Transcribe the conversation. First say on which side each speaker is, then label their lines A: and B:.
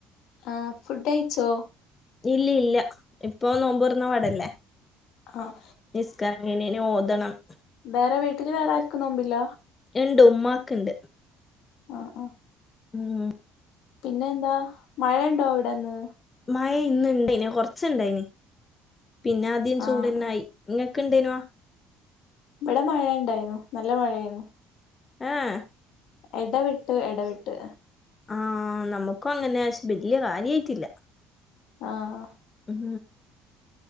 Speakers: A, on the left (about 70°); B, on the left (about 30°).
A: ആഹ ഫുഡ് അയച്ചോ
B: ഇല്ല ഇല്ല ഇപ്പൊ നോമ്പ്ർന്ന പടല്ലേ
A: ആഹ്
B: നിസ്കാരംകഴിഞ് ഓതണം.
A: വേറെ വീട്ടില് വേറെ ആർക്കും നോമ്പില്ല
B: എന്റെ ഉമ്മാക്ക് ഇണ്ട്
A: ആ ആ
B: ഉം
A: പിന്നെ എന്താ മഴ ഉണ്ടോ അവിടെന്ന്
B: മായ ഇന്ന് ഇണ്ടായിന് കൊറച്ചുണ്ടായിന് പിന്നെ ആദ്യം ചൂട്ന്നായി
A: ആഹ് ആഹ്
B: ഇങ്ങക്ക ഇണ്ടേയിണേ
A: ഇവിടെ മഴ ഉണ്ടായിരുന്നു നല്ല മഴ ആായിരുന്നു
B: ആഹ
A: ഇടവിട്ട് ഇടവിട്ട്
B: ആഹ നമ്മുക്കും അങ്ങനെക്ഷെ വല്യ കാര്യയിട്ടില്ല
A: ആഹ
B: ഉം